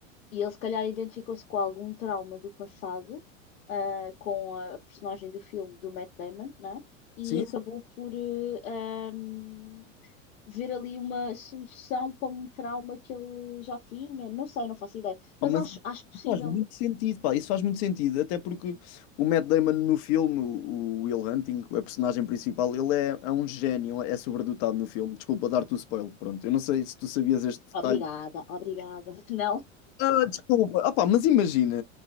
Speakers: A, on the left (about 75°); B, on the left (about 55°).
A: E ele se calhar identificou-se com algum trauma do passado, ah, com a personagem do filme do Matt Damon, né? E
B: Sim,
A: acabou por eh, ahm, ver ali uma solução para um trauma que ele já tinha. Não sei, não faço ideia, mas
B: mas
A: acho, acho possível.
B: Faz muito sentido, pá, isso faz muito sentido, até porque o Matt Damon no filme, o o Will Hunting, a personagem principal, ele é, é um gênio, é sobredotado no filme. Desculpa dar-te o spoiler, pronto, eu não sei se tu sabias este detalhe.
A: Obrigada, obrigada. <laughs> Não?
B: Ah, desculpa, ah, pá, mas imagina,